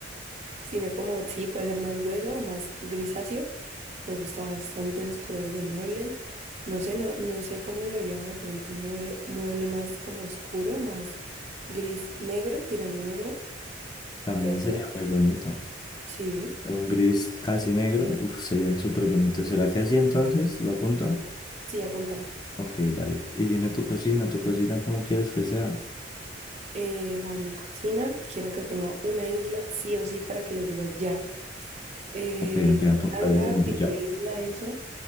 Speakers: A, on the right; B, on the left.
A: sino como sí, puede ser más hueso más grisáceo. Me gusta bastante esos colores de muebles. No sé, no, no sé cómo debería de pronto un mueble, mueble más como oscuro, más gris negro, tirando a negro.
B: También
A: Puede
B: sería
A: ser.
B: muy bonito.
A: Sí,
B: Pero Un gris casi negro, uf, sería súper bonito. ¿Será que así entonces? ¿Lo apunto?
A: sí, apúntalo.
B: Ok, vale. Y dime tu cocina, tu cocina, ¿cómo quieres que sea?
A: eh, Juan, mi cocina, quiero que tenga una isla sí o sí para que les digas ya. Eh,
B: Ok, ok,
A: me encanta,
B: apuntadísimo,
A: tipo
B: ya.
A: isla, eso.